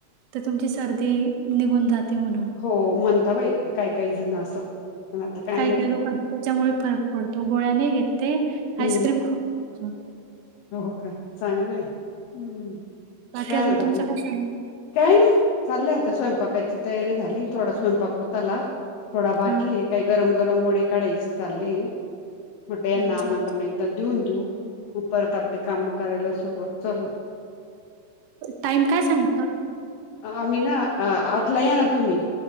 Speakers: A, on the right (about 85°); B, on the left (about 75°).
A: तर तुमची सर्दी निघून जाते. म्हणून.
B: हो म्हणता बाई काय काय जण असं. पण आता काय
A: काही
B: माहित
A: काही लोकांना त्याच्यामुळे फरक पडतो गोळ्या नाही घेते
B: हम्म
A: आईस्क्रीम खाऊ
B: हो का चांगलं आहे हम्म
A: बाकी
B: काय
A: अजून
B: म्हणता
A: तुमचा काय चांल
B: काही नाही चाललंय आता स्वयंपाकाची तयारी झाली थोडा स्वयंपाक होताला. थोडा बाकी
A: हा
B: आहे काही गरम गरम वडे काढायचे चालले. म्हणटलं यांना
A: अच्छा
B: आमंत्रण एकदा देऊन घेऊ, मग परत आपली काम करायला सुरुवात. करू
A: टाइम काय सांगच
B: आम्ही ना आठला या ना तुम्ही.